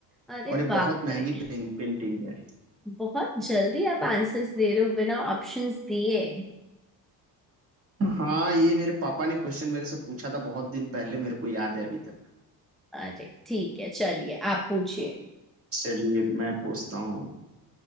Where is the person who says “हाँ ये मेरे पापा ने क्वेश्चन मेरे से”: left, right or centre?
Right